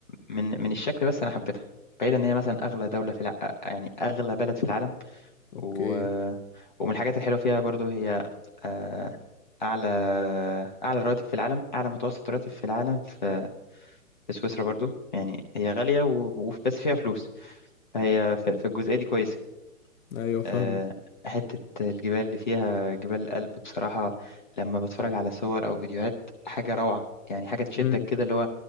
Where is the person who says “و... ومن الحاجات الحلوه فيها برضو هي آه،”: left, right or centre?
Left